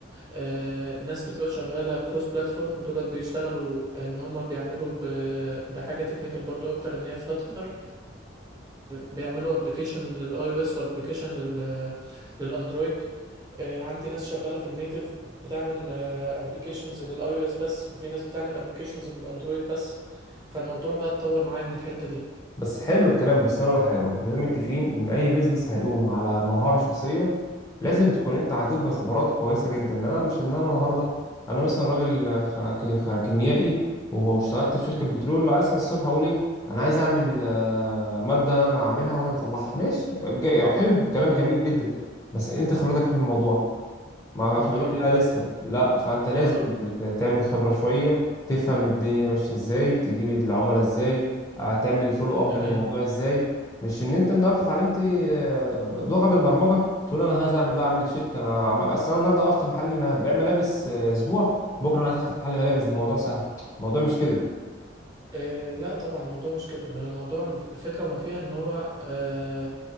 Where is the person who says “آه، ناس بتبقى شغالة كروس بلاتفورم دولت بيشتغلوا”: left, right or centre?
Right